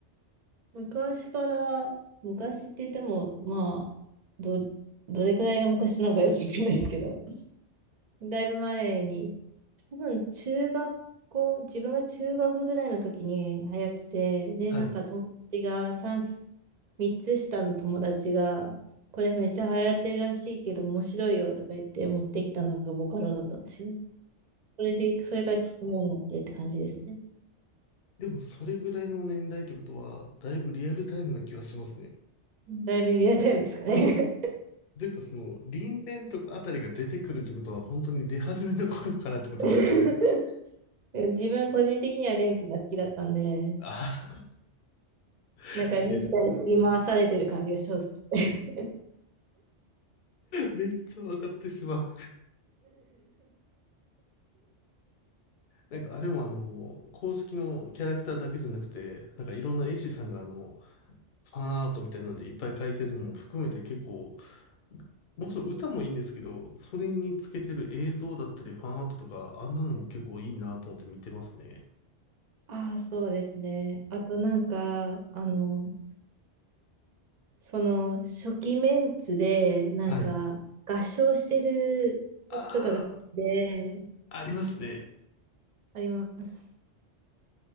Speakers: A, on the right; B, on the left.
A: <laughs> 昔から、昔って言っても、まあ、ど、どれくらいが昔なのかよくわかんないですけど。だいぶ前に、多分中学校、自分が中学ぐらいの時に流行ってて、で、
B: はい。
A: なんか友達が3、つ下の友達が、これめっちゃ流行ってるらしいけど面白いよとか言って持ってきたのがボカロだったんですよね。それで、それから聞くようになってって感じですね。
B: でもそれぐらいの年代ってことは、だいぶリアルタイムな気はしますね。
A: だいぶリアルタイムですかね。
B: というかその、リンレンとかあたりが出てくるってことは、本当に出始めの頃からってことですよね。
A: <laughs> 自分個人的にはレン君が好きだったんで、
B: ああ、
A: なんかレンみたいに振り回されてる感じがします。
B: いいですね。
A: <laughs>
B: めっちゃ分かってしまう。なんかあれもあの、公式のキャラクターだけじゃなくて、なんかいろんな絵師さんがあの、ファンアートみたいなんでいっぱい描いてるのも含めて結構、もちろん歌もいいんですけど、それにつけてる映像だったりファンアートとか、あんなのも結構いいなと思って見てますね。
A: ああ、そうですね。あとなんか、あの、その初期メンツで、なんか、
B: はい。
A: 合唱してる曲とかがで、
B: ああ、ありますね。
A: あります。